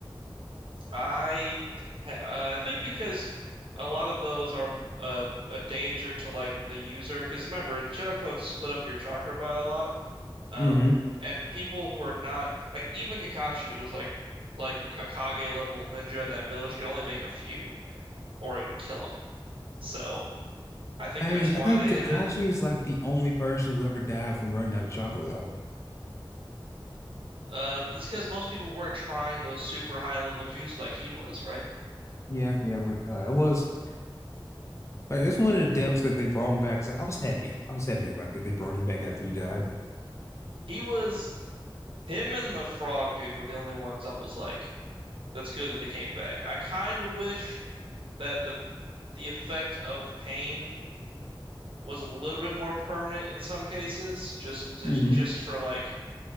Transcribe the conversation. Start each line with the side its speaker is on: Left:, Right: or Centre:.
Right: I, ha- uh, I think because a lot of those are uh, a danger to like the user. Because remember, the shadow clones split up your chakra by a lot. Um,
Left: hmm
Right: and people who are not like even Kakashi was like like a Kage level ninja in that village could only make a few, or it would kill him. So. I think
Left: I
Right: that's
Left: mean,
Right: why
Left: I think
Right: they
Left: Kakashi
Right: hid it.
Left: is like the only person who ever died from running out of chakra, though.
Right: Uh, this because most people weren't trying those super high level jutsu like he was, right?
Left: Yeah, yeah, when, uh, it was like that's one of the depths that they brought him back. So I was happy. I was happy about that. They brought him back after he died.
Right: He was him and the frog dude were the only ones that was like, that's good that they came back. I kind of wish that the the effect of pain was a little bit more permanent in some cases, just to
Left: hmm
Right: just for like